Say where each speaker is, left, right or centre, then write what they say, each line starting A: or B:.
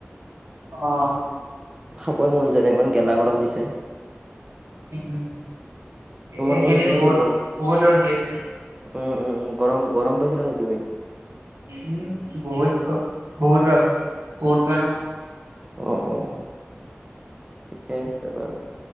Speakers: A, on the right (about 85°); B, on the right (about 15°).
A: অ'।
B: খাবই মন যোৱা নাই ইমান গেলা গৰম দিছে।
A: উম,
B: তোমালোকৰ
A: এইকেইদিন
B: সেইপিনে
A: বহুত
B: কি গৰম?
A: বহুত ৰ'দ দি আছে।
B: উম, উম, গৰম গৰম পাইছা নে তুমি?
A: উম বহুত বহুত বহুত গৰম।
B: অ', অ' ঠিকেই আছে বাৰু।